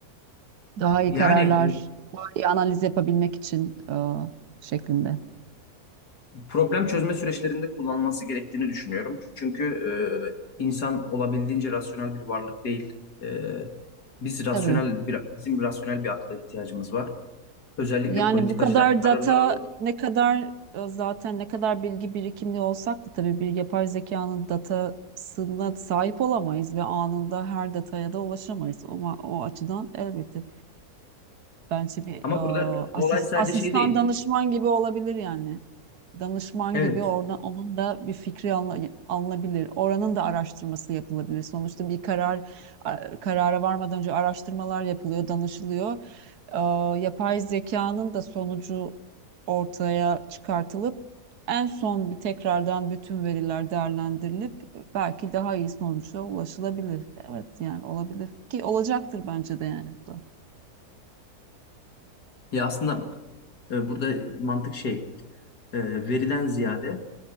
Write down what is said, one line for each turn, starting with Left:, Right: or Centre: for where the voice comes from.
Right: Daha iyi
Left: yani
Right: kararlar, daha iyi analiz yapabilmek için e, şeklinde.
Left: problem çözme süreçlerinde kullanılması gerektiğini düşünüyorum. Çünkü e, insan olabildiğince rasyonel bir varlık değil. E, biz rasyonel
Right: Tabii.
Left: bir bizim rasyonel bir akla ihtiyacımız var. Özellikle
Right: Yani
Left: politikacılar
Right: bu kadar
Left: kararlar
Right: data
Left: alırken.
Right: ne kadar e, zaten ne kadar bilgi birikimli olsak da tabii bir yapay zekanın datasına sahip olamayız ve anında her dataya da ulaşamayız. Ama o açıdan elbette bence bir
Left: Ama
Right: e,
Left: burada e,
Right: asis-
Left: olay sadece
Right: asistan
Left: şey değil.
Right: danışman gibi olabilir yani danışman
Left: Evet.
Right: gibi oradan onun da bir fikri alına- alınabilir. Oranın da araştırması yapılabilir. Sonuçta bir karar a- karara varmadan önce araştırmalar yapılıyor, danışılıyor. Ee, yapay zekanın da sonucu ortaya çıkartılıp en son bir tekrardan bütün veriler değerlendirilip belki daha iyi sonuca ulaşılabilir. Evet yani olabilir ki olacaktır bence de yani bu da.
Left: Ya aslında e, burada mantık şey e, veriden ziyade